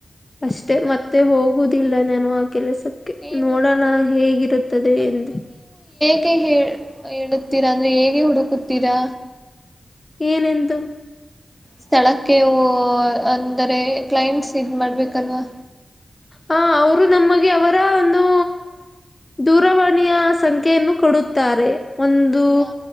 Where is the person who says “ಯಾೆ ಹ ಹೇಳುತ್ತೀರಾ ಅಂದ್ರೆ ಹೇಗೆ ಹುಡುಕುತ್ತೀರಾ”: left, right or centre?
Centre